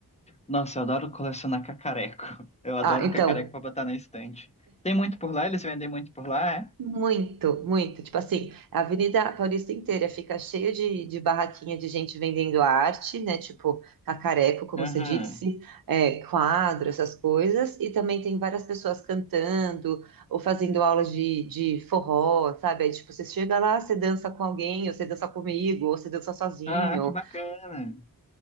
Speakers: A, on the left; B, on the right.
A: Nossa, eu adoro colecionar cacareco. <laughs> Eu adoro
B: Ah, então,
A: um cacareco pra botar na estante. Tem muito por lá? Eles vendem muito por lá, é?
B: Muito, muito. Tipo assim, a Avenida Paulista inteira fica cheia de, de barraquinha de gente vendendo arte, né? Tipo, cacareco, como
A: Aham.
B: você disse, é, quadro, essas coisas. E também tem várias pessoas cantando ou fazendo aulas de, de forró, sabe? Aí, tipo, você chega lá, você dança com alguém, ou você dança comigo, ou você dança sozinho.
A: Ah, que bacana.